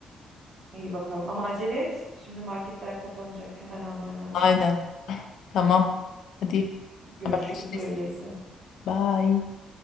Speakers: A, on the right; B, on the left.
A: İyi bakalım. Ama acele et. Şimdi marketler kapanacak. Hemen alman
B: <laughs>
A: lazım.
B: Aynen. Tamam. Hadi
A: Görüşürüz
B: haberleşiriz.
A: öyleyse.
B: Bye.